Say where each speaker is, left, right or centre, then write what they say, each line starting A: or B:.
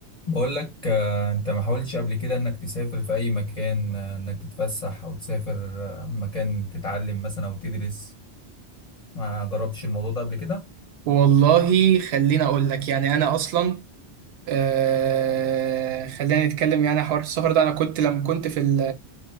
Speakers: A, on the left; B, on the right.
A: بقول لك آه، انت ما حاولتش قبل كده انك تسافر في اي مكان آه، انك تتفسح او تسافر آه، مكان تتعلم مثلا او تدرس ما جربتش الموضوع ده قبل كده
B: والله خليني اقول لك يعني انا اصلا آه خلينا نتكلم يعني حوار السفر ده انا كنت لما كنت في ال